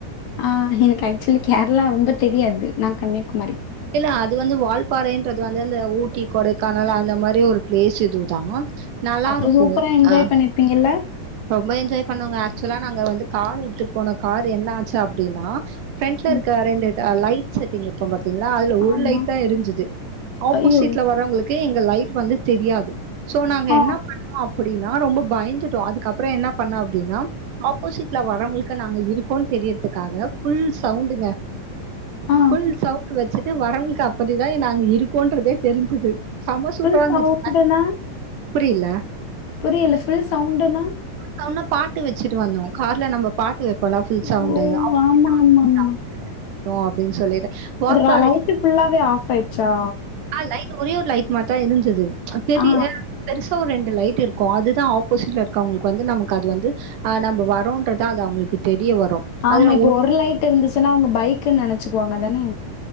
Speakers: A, on the left; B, on the right.
A: ஆ எனக்கு ஆக்சுவலி கேரளா ரொம்ப தெரியாது நா கன்னியாகுமரி
B: இல்ல அது வந்து வால்பாறைன்றது வந்து அந்த ஊட்டி கொடைக்கானல் அந்த மாரி ஒரு பிளேஸ் இதுதா நல்லா
A: அப்ப
B: இருக்கு
A: சூப்பரா என்ஜாய்
B: அ
A: பண்ணிர்ப்பீங்கள்ள
B: ரொம்ப என்ஜாய் பண்ணோங்க ஆக்சுவலா நாங்க வந்து கார் எடுத்துட் போனோ கார் என்ன ஆச்சு அப்டின்னா ஃப்ரண்ட்ல
A: ம்.
B: இருக்க ரெண்டு ஆ லைட் செட்டிங் இருக்கும் பாத்தீங்களா அதுல ஒரு
A: ஆமா.
B: லைட் தா எரிஞ்சுது ஆப்போசிட்ல
A: ஐயோ!
B: வரவங்களுக் கே லைட் வந்து தெரியாது சோ நாங்க
A: ஆ.
B: என்ன பண்ணோ அப்படின்னா ரொம்ப பயந்துட்டோ அதுக்கப் ப்றோ என்ன பண்ணோ அப்டினா ஆப்போசிட்ல வரவங்களுக்கு நாங்க இருக்கோன் தெரியறதுக்காக ஃபுல் சவுண்டுங்க
A: ஆ.
B: ஃபுல் சவுண்டு வச்சுட்டு வரவங்ளுக்கு அப்படிதா நாங்க இருக்கோன்றதே தெரிஞ்சுது செம சூப்பரா
A: ஃபுல்
B: இருந்துச்சுஙாக
A: சவுண்டுன்னா?
B: புரில்ல
A: புரியல ஃபுல் சவுண்டுன்னா
B: சவுன்டுனா பாட்டு வச்சுட்டு வந்தோ கார்ல நம்ம பாட்டு வைப்போல ஃபுல்
A: ஓ
B: சவுண்டு ஆப்போசிட்ல
A: ஆமா
B: வந்து
A: ஆமா ஆமா
B: <inaudible> கும் அப்படின் சொல்லிட்டு வால்பாறை
A: ரா லைட்டு ஃபுல்லாவே ஆஃப் ஆயிட்ச்சா
B: ஆ லைட் ஒரே ஒரு லைட் மட் தா எரிஞ்சது பெரிய
A: ஆ
B: பெருசா ஒரு ரெண்டு லைட் இருக்கு அதுதா ஆப்போசிட்ல இருக்றவங்களுக்கு வந்து நமக்கு அது வந்து ஆ நம்ப வரோன்றத அது அவங்களுக்கு தெரிய வரு
A: ஆமா
B: அதுல
A: இப்ப ஒரு லைட் இருந்துச்சுன்னா அவங்க பைக்குன்னு நெனச்சுக்குவாங்க தானே